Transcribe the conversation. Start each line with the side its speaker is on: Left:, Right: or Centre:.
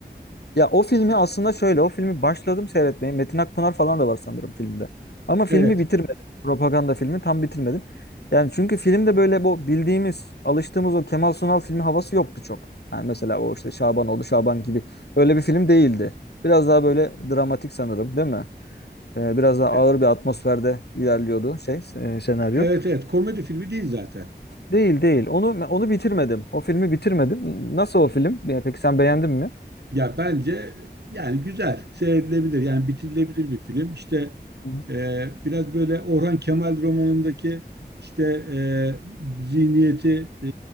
Left: Ya o filmi
Right: Ya,
Left: aslında şöyle, o filmi başladım seyretmeye. Metin Akpınar falan da var sanırım filmde. Ama filmi
Right: Evet.
Left: bitirmedim. Propaganda filmi tam bitirmedim. Yani çünkü filmde böyle bu bildiğimiz, alıştığımız o Kemal Sunal filmi havası yoktu çok. Yani mesela o işte Şabanoğlu, Şaban gibi öyle bir film değildi. Biraz daha böyle dramatik sanırım, değil mi? Ee, biraz daha ağır
Right: E-
Left: bir atmosferde ilerliyordu şey e, senaryo.
Right: evet evet. Komedi filmi değil zaten.
Left: Değil değil. Onu onu bitirmedim. O filmi bitirmedim. Nasıl o film? Ya Peki sen beğendin mi?
Right: Ya bence yani güzel, seyredilebilir. Yani bitirilebilir bir film. İşte
Left: Hı hı.
Right: e, biraz böyle Orhan Kemal romanındaki işte e, zihniyeti e,